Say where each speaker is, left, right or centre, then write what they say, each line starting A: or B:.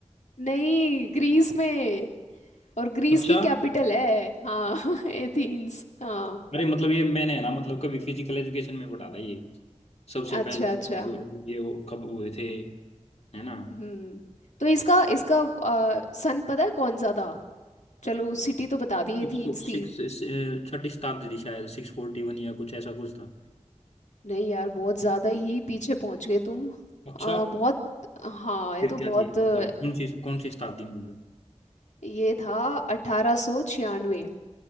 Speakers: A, on the left; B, on the left.
A: नहीं ग्रीस में और ग्रीस
B: अच्छा
A: की कैपिटल है हाँ <laughs> एथेंस हाँ
B: अरे मतलब ये मैंने है ना मतलब कभी फिजिकल एजुकेशन में पढ़ा था ये सबसे
A: अच्छा
B: पहले
A: अच्छा
B: जो- ये वो कब हुए थे है ना
A: हम्म तो इसका इसका अ, सन पता है कौन सा था चलो सिटी तो बता दी
B: सिक्स
A: एथेंस थी
B: सिक्स छठी शताब्दी थी शायद सिक्स फोर्टी वन या कुछ ऐसा कुछ था
A: नहीं यार बहुत ज्यादा ही पीछे पहुंच गए तुम
B: अच्छा
A: आ, बहुत हाँ ये
B: फिर
A: तो
B: क्या
A: बहुत
B: थी
A: अ,
B: मतलब कौन सी कौन सी शताब्दी में हुआ था
A: ये था अठारह सौ छियानवे